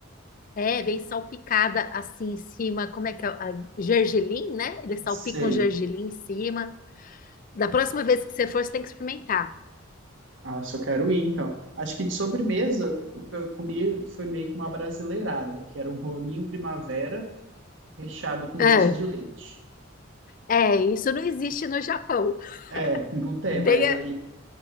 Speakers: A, on the left (about 40°); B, on the right (about 65°).
A: é, vem salpicada assim em cima, como é que é? A gergelim, né? Eles salpicam
B: Sei.
A: gergelim em cima. Da próxima vez que você for, você tem que experimentar.
B: Ah, se eu quero ir, então. Acho que de sobremesa, o que eu comi foi meio que uma brasileirada, que era um rolinho primavera recheado com
A: É,
B: doce de leite.
A: é isso não existe no Japão.
B: É, não tem,
A: É, bem,
B: mas aí